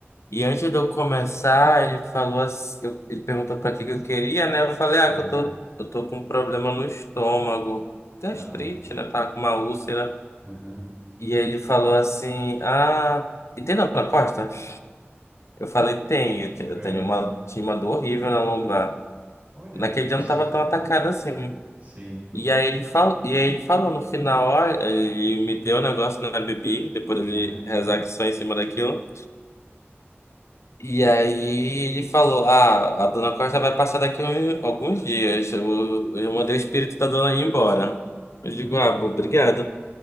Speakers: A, on the left (about 85°); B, on the right (about 35°).
A: E antes de eu começar, ele falou assim, eu- ele perguntou pra que que eu queria, né? Eu falei, ah,
B: é,
A: que eu tô, eu tô com um problema no estômago. Gastrite,
B: tá,
A: né? Tava com uma úlcera.
B: aham,
A: E aí ele falou assim, ah, e tem dor na costa? Eu falei, tem, eu te- eu
B: é.
A: tenho uma, tinha uma dor horrível na lombar.
B: Olha,
A: Naquele
B: ainda consegui,
A: dia eu não tava tão atacada assim.
B: sim,
A: E aí ele fal e aí ele falou no final, ó, ele me deu um negócio na bebida, depois ele
B: aham,
A: rezar que só em cima daquilo. E aí ele falou, ah, a dona Costa vai passar daqui uns- alguns dias. Eu, eu mandei o espírito da dona ir embora. Eu
B: olha,
A: digo, ah, bo- obrigado.